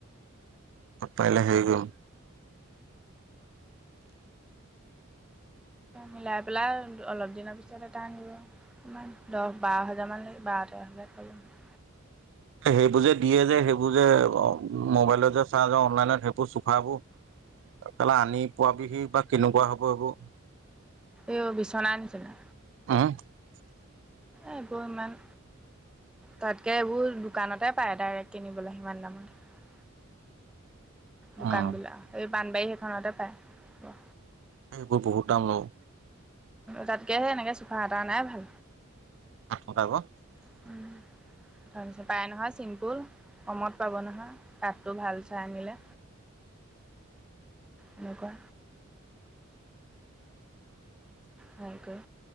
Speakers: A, on the right; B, in the centre.
A: পাৰিলে হেৰি কৰিম
B: মিলাই পেলাই অলপ দিনৰ পিছত এটা আনিব ইমান দহ বাৰ হাজাৰ মান বাৰ <unintelligible>
A: সেইবোৰ যে দিয়ে যে সেইবোৰ যে মোবাইলত যে চাৰ্জ আৰু অনলাইনত সেইবোৰ চোফাবোৰ <unintelligible> আনি পোৱাবিহি বা কেনেকুৱা হ'ব এইবোৰ?
B: এও বিচনাৰ নিচিনা
A: <inaudible>
B: এইবোৰ ইমান তাতকে এইবোৰ দোকানতে পায় ডাইৰেক্ট কিনিবলৈ সিমান দামত দোকান
A: উম,
B: বিলাক এই বানবাৰী সেইখনতে পায়।
A: এইবোৰ বহুত দাম লওঁ
B: তাতকে সেই এনেকে চোফা এটা আনাই ভাল।
A: <inaudible>
B: <inaudible> <unintelligible> পাই নহয় চিম্পুল কমত পাব নহয় কাঠটো ভাল চাই আনিলে এনেকুৱা ভালকৈ।